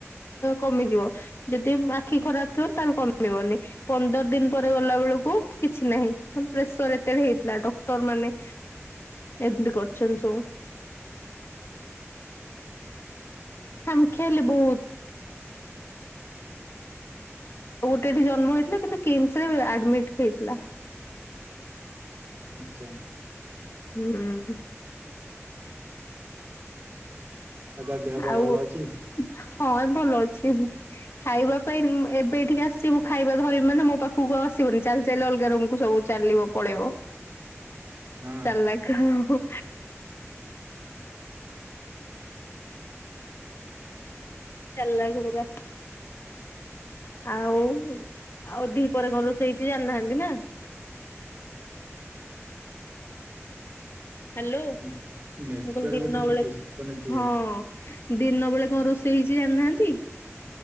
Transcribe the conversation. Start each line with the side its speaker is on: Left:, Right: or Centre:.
Left: କମିଯିବ। ଯଦି ଆଖି ଖରାପ ଥିବ ତାହେଲେ କମିବନି ପନ୍ଦର ଦିନ ପରେ ଗଲା ବେଳକୁ କିଛି ନାହିଁ ମାନେ ପ୍ରେସର ଏତେ ହେଇଥିଲା। ଡକ୍ଟର ମାନେ ଏମିତି କରିଛନ୍ତି ସବୁ। ଖାମଖିଆଲି ବହୁତ। ଗୋଟେଠି ଜନ୍ମ ହେଇଥିଲା କିନ୍ତୁ କିମସ୍ ରେ ଆଡମିଟ ହେଇଥିଲା।
Right: ଆଚ୍ଛା।
Left: ହୁଁ।
Right: ଆଉ ତାର ଦେହ ପା
Left: ଆଉ
Right: ଭଲ ଅଛି।
Left: ହଁ ଭଲ ଅଛି। ଖାଇବା ପାଇଁ ଏବେ ଏଠିକି ଆସିବୁ ଖାଇବା ଧରିଇବି ମାନେ ମୋ ପାଖକୁ ଆଉ ଆସିବନି ଚାଲି ଚାଲି ଅଲଗା ରୁମକୁ ସବୁ ଚାଲିବ ପଳେଇବ
Right: ହଁ
Left: ଚାଲାଖ ହୁଁ। ଚାଲାଖ ପୁରା। ଆଉ ଆଉ ଦି ପହର ରେ କଣ ରୋଷେଇ ହେଇଛି ଜାଣିନାହାନ୍ତି ନା। ହ୍ୟାଲୋ
Right: ନେ- ନେଟୱାର୍କ
Left: ମୁଁ କହିଲି ଦିନ
Right: ଟିକେ
Left: ବେଳେ
Right: ଡିସକନେକ୍ଟ ହେଇଯାଉଛି।
Left: ହଁ। ଦିନ ବେଳେ କଣ ରୋଷେଇ ହେଇଛି ଜାଣିନାହାନ୍ତି?